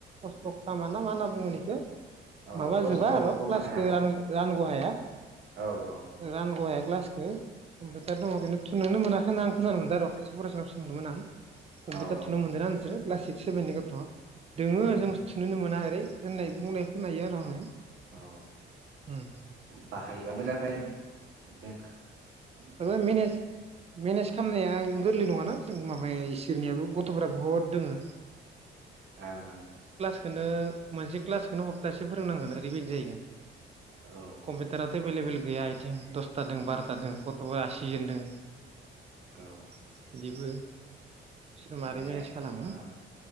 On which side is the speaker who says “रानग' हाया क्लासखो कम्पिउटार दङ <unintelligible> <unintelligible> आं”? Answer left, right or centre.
Right